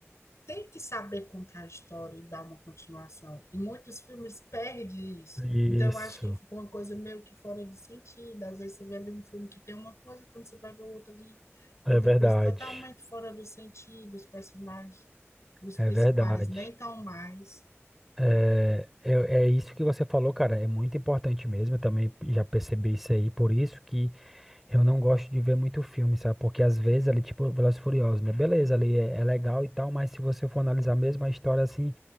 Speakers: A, on the left (about 85°); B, in the centre.
A: tem que saber contar a história e dar uma continuação. E muitos filmes perdem isso.
B: Isso.
A: Então eu acho que ficou uma coisa meio que fora de sentido. Às vezes você vê ali um filme que tem uma coisa, quando você vai ver o outro ali, outra
B: É verdade.
A: coisa totalmente fora do sentido, os personagens, os
B: É
A: principais
B: verdade.
A: nem tão mais, né?
B: É, é, é isso que você falou, cara. É muito importante mesmo. Eu também já percebi isso aí. Por isso que Eu não gosto de ver muito filme, sabe? Porque às vezes ali, tipo, Velozes e Furiosos, né? Beleza, ali é, é legal e tal, mas se você for analisar mesmo a história, assim,